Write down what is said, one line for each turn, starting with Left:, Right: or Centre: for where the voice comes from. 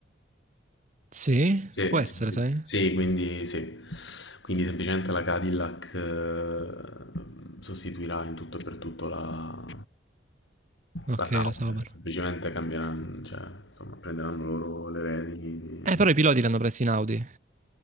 Right: Sì,
Left: Sì,
Right: può essere,
Left: sì, sì,
Right: sai?
Left: sì. Sì, quindi sì. Quindi semplicemente la Cadillac eh, sostituirà in tutto e per tutto la,
Right: Ok,
Left: la Sauber,
Right: lo Sauber.
Left: semplicemente cambieranno, cioè, insomma, prenderanno loro le redini.
Right: Eh, però i piloti li hanno presi in Audi.